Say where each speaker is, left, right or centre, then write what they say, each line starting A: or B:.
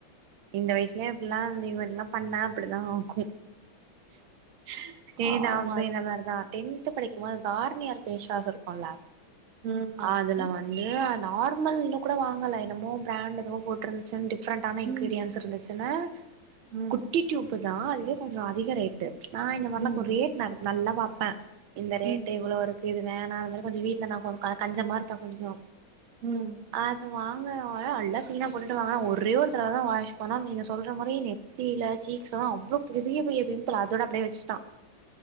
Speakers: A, on the right; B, on the right.
A: இந்த வயசுலயே இப்பிட்ல்லா வந்து இதுமாரிலா பண்ணா அப்படிதா ஆகு
B: <inaudible>
A: ஏதாவ்வு
B: ஆமா
A: இந்த மாரிதான் டென்த்து படிக்கும்போது கார்னியர் ஃபேஸ் வாஷ்ருக்குல்ல
B: ம் ஆமா
A: அதுல வந்து அந் நார்மல்ன்னு கூட வாங்கல என்னமோ பிராண்ட்டு எதுவோ போட்டுருந்துச்சின் டி ஃப்ரெண்டான
B: ம்
A: இன்கிரீடியன்ஸ் இருந்துச்சின்னு
B: ம்
A: குட்டி டியூப்பு நா அதுவே கொஞ்சோ அதிக ரேட்டு நா இந்த மாரில்லா
B: ம்
A: கோ ரேட் நல் நல்லா பாப் பே இந்த ரேட்டு
B: ம்
A: இவ்ளோருக்கு வேணா அது மாரி கொஞ்சோ வீட்டுலன்னாகு க கஞ்சமாருப்பே கொஞ்சோ
B: ம்
A: அதுவா அங்க அவுங்கல்லா நல்லா சீனா போட்டுட்டு வாங்குனா ஒரே ஒரு தடவ தா வாஷ் பண்ணோ நீங்க சொல்ற மாரி நெத்தியில சீக்ஸ்ஸு அவ்ளோ பெரிய பெரிய பிம்பிள் அதோட அப்டியே வச்சிட்டா